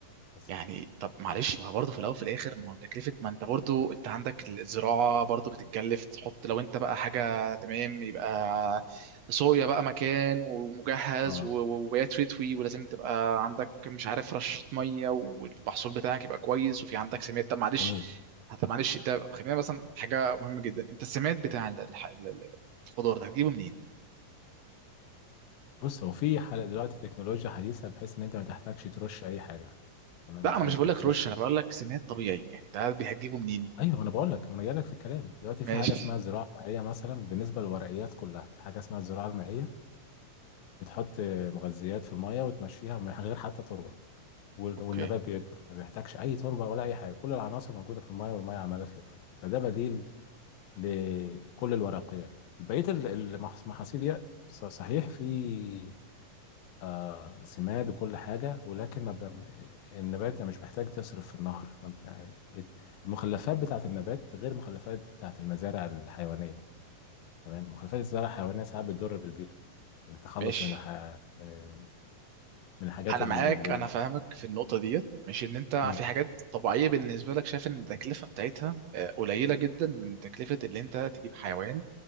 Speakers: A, on the left; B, on the right.
A: بس
B: يعني طب معلش ما هو برضه في الاول وفي الاخر ما هو تكلفه ما انت برضه انت عندك الزراعه برضه بتتكلف تحط لو انت بقى حاجه تمام يبقى صويا بقى مكان ومجهز
A: اه
B: و- و- وبيات تتوي ولازم تبقى عندك مش عارف رشه ميه والمحصول بتاعك يبقى كويس وفي عندك سماد طب معلش
A: جميل
B: طب معلش انت خلينا مثلا حاجه مهمه جدا انت السماد بتاع ال- الح- ال- ال- الخضار ده هتجيبه منين؟
A: بص هو في حل دلوقتي تكنولوجيا حديثة بحيث ان انت ما تحتاجش ترش اي حاجة تمام
B: لا
A: ما
B: انا
A: تحتاجش
B: مش بقول لك
A: ترش
B: رش
A: يعني.
B: انا بقول لك سماد طبيعي يعني ده هتجيبه منين؟
A: ايوه ما انا بقول لك ما انا جاي لك في الكلام دلوقتي
B: ماشي
A: في حاجة اسمها زراعة مائية مثلا بالنسبة للورقيات كلها في حاجة اسمها الزراعة المائية بتحط مغذيات في المية وتمشيها من غير حتى تربة وال-
B: اوكي
A: والنبات بيكبر ما بيحتاجش اي تربة ولا اي حاجة كل العناصر موجودة في المية والمية عمالة تلف فده بديل لكل الورقيات بقية ال- المحاصيل دي ص- صحيح في آه، سماد وكل حاجة ولكن ما بم- النبات يعني مش محتاج تصرف في النهر ما ب- يعني ات- المخلفات بتاعة النبات غير المخلفات بتاعة المزارع الحيوانية تمام مخلفات الزراعة الحيوانية ساعات بتضر بالبيئة يعني التخلص
B: ماشي
A: من الح... من من الحاجات
B: انا
A: اللي
B: معاك
A: اللي-
B: انا فاهمك في النقطه ديت مش ان انت
A: مم.
B: في حاجات طبيعيه بالنسبه لك شايف ان التكلفه بتاعتها آه، قليله جدا من تكلفه اللي انت تجيب حيوان